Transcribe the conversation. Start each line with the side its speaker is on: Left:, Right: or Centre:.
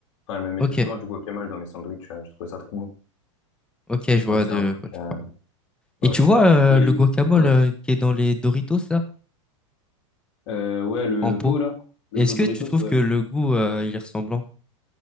Left: Enfin, je me mettais
Centre: Ok.
Left: souvent du guacamole dans mes sandwichs. euh, Je trouvais ça trop bon.
Centre: Ok, je vois
Left: Ouais, c'est
Centre: de
Left: un truc,
Centre: quoi tu
Left: euh,
Centre: parles.
Left: ouais.
Centre: Et tu vois euh,
Left: Et,
Centre: le guacamole
Left: ouais.
Centre: euh, qui est dans les Doritos, là,
Left: Euh, ouais, le,
Centre: en
Left: le
Centre: pot.
Left: pot, là. Le
Centre: Est-ce
Left: pot Doritos,
Centre: que tu trouves
Left: ouais.
Centre: que le goût, euh, il est ressemblant?